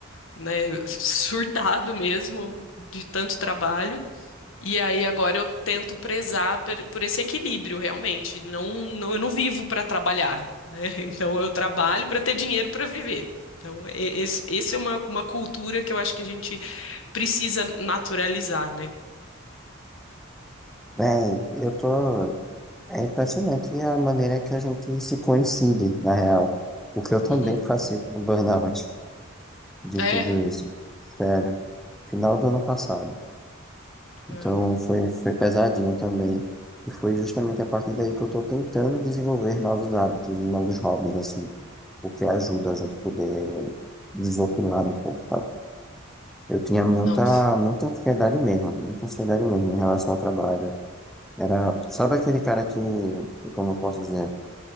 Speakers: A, on the left (about 70°); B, in the centre.
A: né, surtado mesmo de tanto trabalho. E aí agora eu tento prezar per- por, esse equilíbrio realmente. Não, não, eu não vivo para trabalhar, né? <laughs> Então eu trabalho para ter dinheiro para viver. Então, e- esse, esse é uma, uma cultura que eu acho que a gente precisa naturalizar, né?
B: Bem, eu tô. É impressionante a maneira que a gente se coincide, na real. Porque eu também
A: Uhum.
B: passei pelo burnout de
A: É.
B: tudo isso. Sério. Final do ano passado. Então
A: É.
B: foi, foi pesadinho também. E foi justamente a partir daí que eu tô tentando desenvolver novos hábitos e novos hobbies, assim. O que ajuda a gente poder desopilar um pouco, tá? Eu tinha muita,
A: Nossa.
B: muita ansiedade mesmo, muita ansiedade mesmo em relação ao trabalho. Era, sabe aquele cara que, como eu posso dizer,